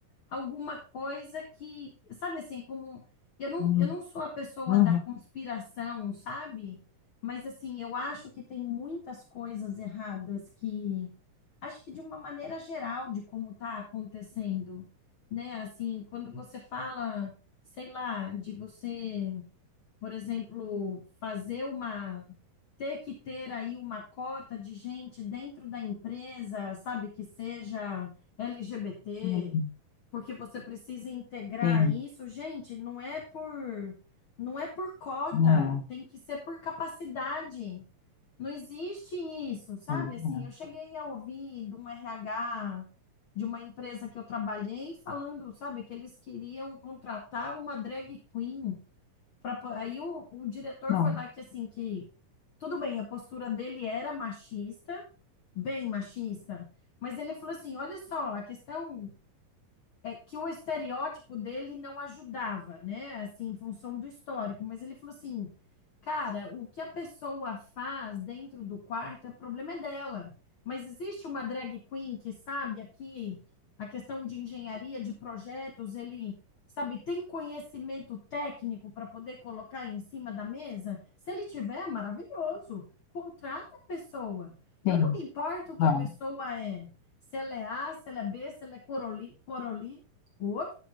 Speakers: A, on the left (about 45°); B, on the left (about 70°).
A: alguma coisa que, sabe assim, como eu não,
B: Hum,
A: eu não sou a pessoa
B: uhum,
A: da conspiração, sabe? Mas assim, eu acho que tem muitas coisas erradas que acho que de uma maneira geral de como está acontecendo, né? Assim, quando você fala, sei lá, de você por exemplo, fazer uma ter que ter aí uma cota de gente dentro da empresa, sabe, que seja LGBT,
B: sim,
A: porque você precisa integrar
B: sim,
A: isso. Gente, não é por não é por cota,
B: não,
A: tem que ser por capacidade. Não existe isso, sabe?
B: também
A: Assim,
B: acho.
A: eu cheguei a ouvir de um RH de uma empresa que eu trabalhei falando, sabe, que eles queriam contratar uma drag queen pra po- aí o, o diretor
B: Não,
A: foi lá que assim que tudo bem, a postura dele era machista, bem machista, mas ele falou assim: olha só, a questão é que o estereótipo dele não ajudava, né? Assim, em função do histórico, mas ele falou assim: "Cara, o que a pessoa faz dentro do quarto, o problema é dela. Mas existe uma drag queen que sabe aqui a questão de engenharia, de projetos, ele sabe, tem conhecimento técnico para poder colocar em cima da mesa? Se ele tiver, maravilhoso. Contrata a pessoa. Eu
B: sim,
A: não me importo o
B: vai.
A: que a pessoa é se ela é A, se ela é B, se ela é coroli, coroli, cor,